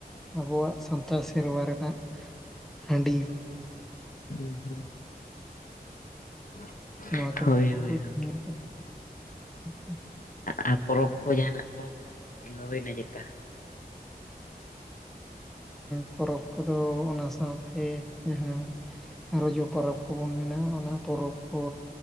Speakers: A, in the centre; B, on the left (about 55°).
A: ᱟᱵᱚᱣᱟᱜ ᱥᱟᱱᱛᱟᱲ ᱥᱮᱨᱣᱟ ᱨᱮᱱᱟᱜ ᱦᱟᱺᱰᱤ
B: ᱦᱮᱸ ᱦᱮᱸ <unintelligible> <inaudible>
A: <unintelligible>
B: ᱦᱳᱭ ᱦᱳᱭ ᱦᱳᱭ ᱟᱨ ᱯᱚᱨᱚᱵᱽ ᱠᱚ ᱡᱟᱦᱟᱱᱟᱜ ᱠᱚ <unintelligible> ᱦᱩᱭᱱᱟ ᱪᱮᱛᱟ
A: ᱯᱚᱨᱚᱵᱽ ᱠᱚᱫᱚ ᱚᱱᱟ ᱥᱟᱶᱛᱮ ᱡᱟᱦᱟᱸ ᱨᱚᱡᱚ ᱯᱚᱨᱚᱵᱽ ᱠᱚᱵᱚᱱ ᱢᱮᱱᱟᱜᱼᱟ ᱚᱱᱟ ᱯᱚᱨᱚᱵᱽ ᱠᱚ